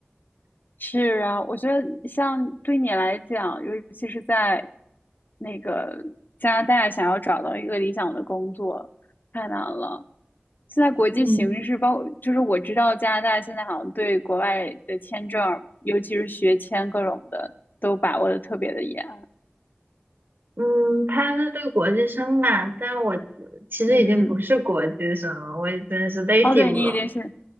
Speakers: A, on the left; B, on the right.
A: 是啊，我觉得像对你来讲，尤其是在那个加拿大，想要找到一个理想的工作太难了。现在国际形势，
B: 嗯
A: 包括就是我知道加拿大现在好像对国外的签证，尤其是学签各种的，都把握的特别的严。
B: 嗯，他是对国际生吧，但我其实已经不是国际生了，
A: 嗯，
B: 我已经是 native
A: 哦，对，你已经是，
B: 了。